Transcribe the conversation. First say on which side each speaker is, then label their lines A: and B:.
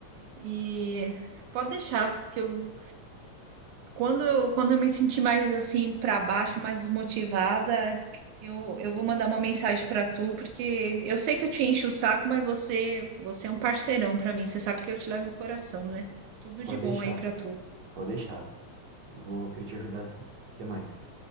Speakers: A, on the right (about 80°); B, on the right (about 60°).
A: e pode deixar que eu Quando eu, quando eu me sentir mais assim para baixo, mais desmotivada, eu, eu vou mandar uma mensagem para tu, porque eu sei que eu te encho o saco, mas você, você é um parceirão para mim. Você sabe que eu te levo no coração, né? Tudo
B: Pode
A: de bom
B: deixar,
A: aí para tu.
B: pode deixar. Eu vou querer te ajudar sim. Até mais.